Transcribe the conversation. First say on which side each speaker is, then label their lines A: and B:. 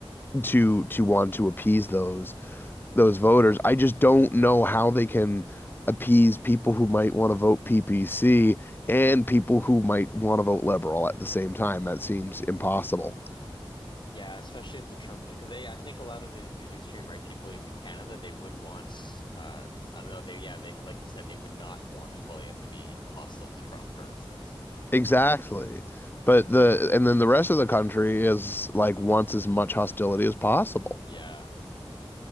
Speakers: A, on the left (about 20°); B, on the left (about 50°).
A: to to want to appease those those voters. I just don't know how they can appease people who might want to vote PPC and people who might want to vote liberal at the same time. That seems impossible.
B: Yeah, especially if the Trump thing, because they, I think a lot of the, these extreme right people, even in Canada, they would want, uh, I don't know, they, yeah, they, like you said, they would not want Poilievre to be hostile to Trump, for instance.
A: Exactly.
B: Um,
A: But the and then the rest of the country is like wants as much hostility as possible.
B: yeah,